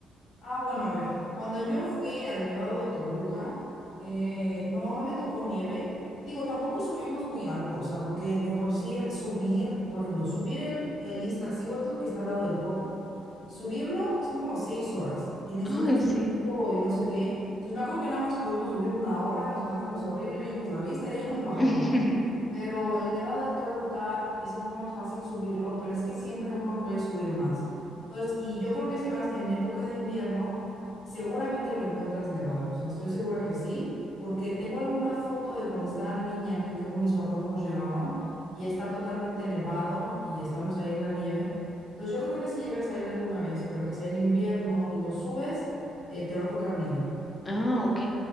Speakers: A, on the left (about 65°); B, on the left (about 25°).
A: Ah, bueno, a ver, cuando yo fui al Nevado de Toluca, eh, no, no me tocó nieve. Digo, tampoco subimos muy alto, o sea, porque de por sí el subir, por ejemplo, subir el, el Iztaccíhuatl, que está al lado del Popo, subirlo son como seis horas y necesitas
B: Ay, sí.
A: equipo y no sé qué. Entonces me acuerdo que nada más pudimos subir una hora, nos cansamos horrible, vimos la vista y <laughs> ya nos bajamos.
B: <laughs>
A: Pero el Nevado de Toluca, ese fue más fácil subirlo, pero es que siempre uno puede subir más. Entonces, y yo creo que si vas en época de invierno, seguramente lo encuentras nevado. O sea, estoy segura que sí, porque tengo alguna foto de cuando estaba niña que creo que mis papás nos llevaron y está totalmente nevado y estamos ahí en la nieve. Entonces, yo creo que si llegas a ir alguna vez, pero que sea en invierno y lo subes, eh, te va a tocar nieve.
B: Ah, ok.